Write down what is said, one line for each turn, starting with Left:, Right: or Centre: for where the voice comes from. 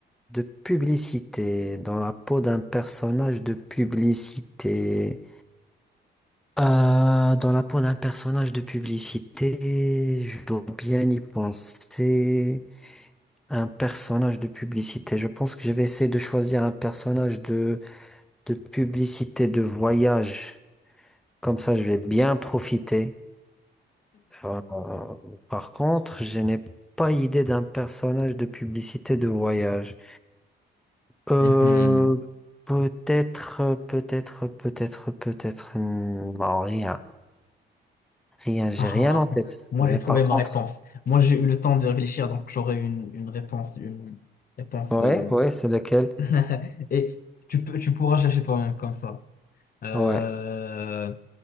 Centre: De publicité, dans la peau d'un personnage de publicité. Euh, dans la peau d'un personnage de publicité, je dois bien y penser. Un personnage de publicité. Je pense que je vais essayer de choisir un personnage de, de publicité de voyage. Comme ça, je vais bien profiter. Euh, par contre, je n'ai pas idée d'un personnage de publicité de voyage. Euh,
Left: Mhm.
Centre: peut-être, euh, peut-être, peut-être, peut-être. hmm, Non, rien. Rien, j'ai
Left: Ah,
Centre: rien en tête.
Left: bon. Moi,
Centre: Mais
Left: j'ai trouvé
Centre: par
Left: ma
Centre: contre,
Left: réponse. Moi, j'ai eu le temps de réfléchir, donc j'aurai une, une réponse, une réponse
Centre: ouais,
Left: euh,
Centre: ouais, c'est lequel?
Left: <laughs> Et tu peux, tu pourras chercher toi-même comme ça. Euh,
Centre: Ouais.